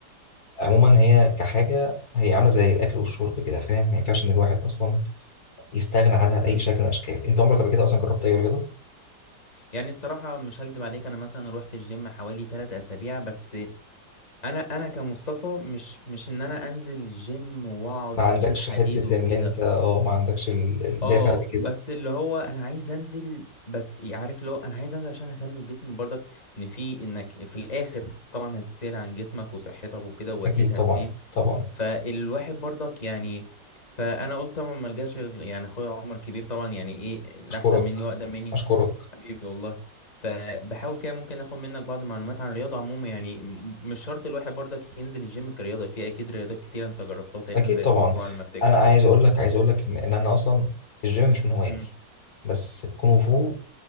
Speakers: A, on the left; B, on the left.
A: وعموما هي كحاجه هي عامله زي الاكل والشرب كده فاهم ما ينفعش ان الواحد اصلا يستغنى عنها باي
B: امم
A: شكل من الاشكال انت عمرك قبل كده اصلا جربت اي رياضه
B: يعني الصراحة مش هكدب عليك انا مثلا روحت الجيم حوالي 3 اسابيع بس انا انا كمصطفى مش مش ان انا انزل جيم واقعد
A: ما عندكش
B: اشيل حديد
A: حته
B: وكده
A: ان انت اه ما عندكش ال- الدافع
B: اه
A: لكده
B: بس اللي هو انا عايز انزل بس إيه، عارف اللي هو انا عايز انزل عشان اهتم بجسمي برضك ان في انك في الاخر طبعا هتسأل عن جسمك وصحتك وكده ووديتها
A: اكيد طبعا
B: فين
A: طبعا
B: فالواحد برضك يعني فانا قلت طبعا ما الجاش غير- يعني اخويا عمر كبير طبعا يعني ايه الاحسن
A: اشكرك
B: مني واقدم مني
A: اشكرك
B: حبيبي والله فبحاول كده ممكن اخد منك بعض المعلومات عن الرياضه عموما يعني م- مش شرط الواحد برضك ينزل الجيم كرياضه في اكيد رياضات كتير انت جربتها تقريبا
A: اكيد
B: زي
A: طبعا
B: الكونغ فو على ما افتكر
A: انا عايز
B: اه
A: اقول لك عايز اقول لك ان إن انا اصلا الجيم مش من هواياتي
B: امم
A: بس الكونغ فو